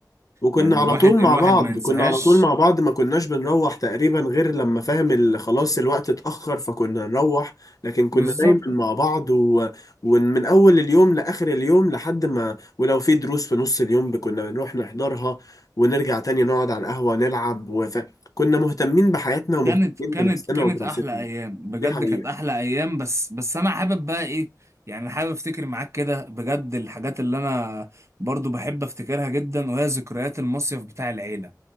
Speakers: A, on the left (about 55°); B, on the right (about 40°).
A: وكنا
B: يعني
A: على
B: الواحد
A: طول
B: الواحد
A: مع بعض
B: ما ينساهاش
A: كنا على طول مع بعض ما كناش بنروح تقريبا غير لما فاهم ال- خلاص الوقت اتأخر فكنا نروح لكن كنا
B: بالظبط
A: دايما مع بعض و... ومن أول اليوم لآخر اليوم لحد ما ولو في دروس في نص اليوم كنا بنروح نحضرها ونرجع تاني نقعد على القهوة نلعب وف... كنا مهتمين بحياتنا ومهتمين
B: كانت كانت
A: بنفسنا
B: كانت
A: ودراستنا
B: احلى ايام بجد
A: دي حقيقة
B: كانت احلى ايام بس بس انا حابب بقى ايه يعني حابب افتكر معاك كده بجد الحاجات اللي انا برضو بحب افتكرها جدا وهي ذكريات المصيف بتاع العيله